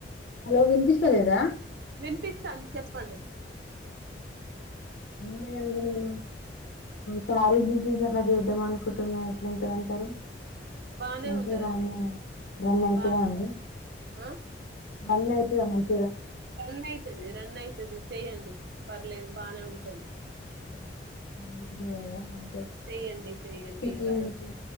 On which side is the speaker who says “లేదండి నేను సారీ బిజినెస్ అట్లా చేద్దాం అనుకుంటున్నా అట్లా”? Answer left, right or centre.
Left